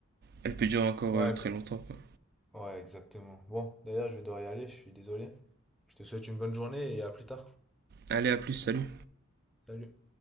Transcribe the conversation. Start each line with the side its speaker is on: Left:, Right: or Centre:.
Right: elle peut durer encore
Centre: Ouais,
Right: euh, très longtemps, quoi.
Centre: Ouais, exactement. Bon, d'ailleurs, je vais devoir y aller, je suis désolé. Je te souhaite une bonne journée et à plus tard.
Right: Allez, à plus, salut.
Centre: Salut.